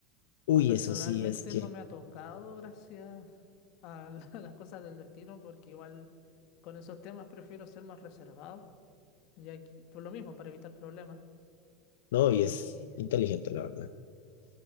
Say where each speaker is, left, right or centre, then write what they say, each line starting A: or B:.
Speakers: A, on the left; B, on the left.
A: Uy,
B: personalmente
A: eso sí es que,
B: no me ha tocado gracias a, la- <laughs> las cosas del destino, porque igual con esos temas prefiero ser más reservado, ya que- por lo mismo, para evitar problemas.
A: no,
B: ¿Y
A: y es inteligente, la verdad.